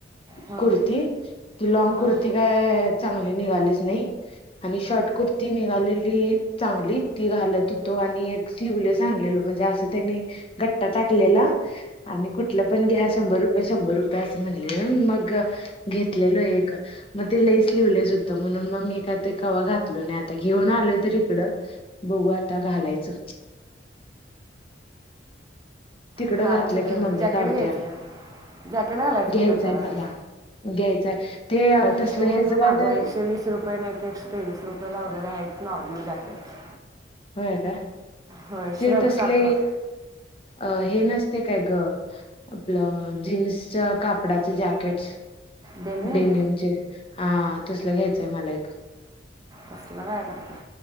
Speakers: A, on the right; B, on the left.
A: हां
B: कुर्ती ती ती लँग
A: हां
B: कुर्ती काय, चांगली निघालीच नाही आणि शॉर्ट कुर्ती निघालेली चांगली ती घालत होतो. आणि एक शिवलेस आणलेलो, म्हणजे असं त्यांनी गट्टा टाकलेला आणि कुठलं पण घ्या, शंभर रुपये शंभर रुपयेअस म्हणलेले मग घेतलेलो एक मग ति शिवलेस होत. म्हणून मग मी काय कवा घातलो नाही आता घेऊन आलो तर इकड बघु आत्ता घालायचं तिकडं
A: घालायचं
B: घातलं
A: ग
B: की मम्मी
A: जॅकेट
B: कावत्या
A: घ्यायचं मग जॅकेट घालायचं
B: घ्यायचंय
A: त्याच्यावर.
B: मला घ्यायचाय ते अ
A: मिशो
B: तसलं
A: वरन
B: हेजवालं
A: मागव एकशे वीस रुपये नाही तर एकशे तेवीस रुपया ला वगैरे आहे आहेत. नॉर्मल जॅकेट
B: हो का
A: होय
B: ते
A: श्रगसारखं
B: तसले, अ हे नसते काय ग आपलं जीन्सच कापडाचं जॅकेट.
A: डेनिम
B: डेनमचे हा तसलं घ्यायचंय मला एक.
A: कसलं काय करतेस.